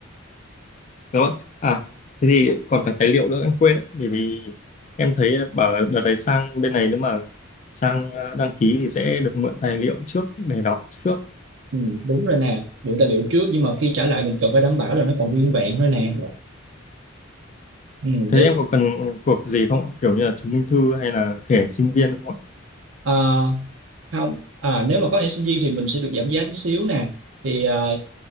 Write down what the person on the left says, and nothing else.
Dạ vâng. À, thế thì còn cả tài liệu nữa em quên đấy, bởi vì em thấy bảo là đợt này sang bên này nếu mà sang ờ, đăng ký thì sẽ được mượn tài liệu trước để đọc trước
Thế
em có cần cuộc gì không? Kiểu như là chứng minh thư hay là thẻ sinh viên không ạ?